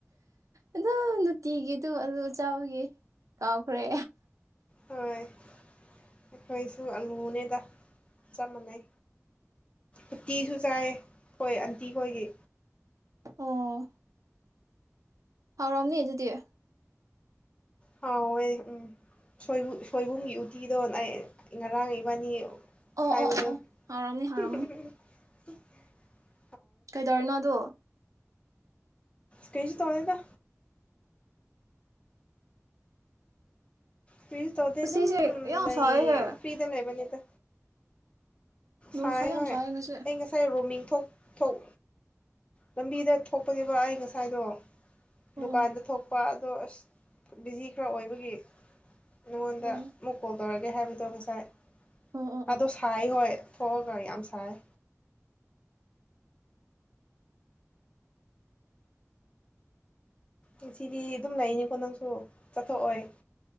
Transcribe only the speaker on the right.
ꯑꯗꯨ ꯅꯨꯡꯇꯤꯒꯤꯗꯣ ꯑꯂꯨ ꯆꯥꯕꯒꯤ ꯀꯥꯎꯈ꯭ꯔꯦ
ꯑꯣ ꯍꯥꯎꯔꯝꯅꯤ ꯑꯗꯨꯗꯤ
ꯑꯣ
ꯑꯣ ꯑꯣ ꯑꯣ
ꯍꯥꯎꯔꯝꯅꯤ ꯍꯥꯎꯔꯝꯅꯤ
ꯀꯩꯗꯧꯔꯤꯅꯣ ꯑꯗꯣ
ꯉꯁꯤꯁꯦ
ꯌꯥꯝ
ꯁꯥꯏꯍꯦ
ꯅꯨꯡꯁꯥ
ꯌꯥꯝ
ꯉꯁꯤ
ꯑꯣ
ꯑꯣ
ꯑꯣ ꯑꯣ ꯑꯣ